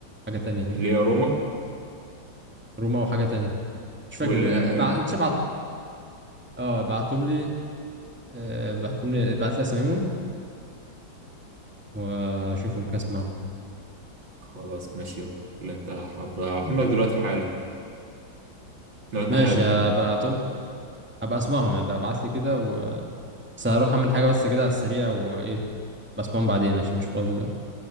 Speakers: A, in the centre; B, on the right.
A: حاجة تانية كده
B: اللي هي روما
A: روما وحاجة تانية مش فاكر
B: واللي نام نام
A: بعت اه بعتهم لي آه، بعتهم لي بعت لي اساميهم واشوفهم كده اسمعهم
B: خلاص ماشي يلا اللي انت حابب هبعتهم لك دلوقتي حالا لو انت
A: ماشي
B: حابب كمان
A: هبعتهم هبقى اسمعهم يعني ابعت لي كده و بس هروح اعمل حاجه بس كده على السريع وايه بسمعهم بعدين عشان مش فاضي دلوقتي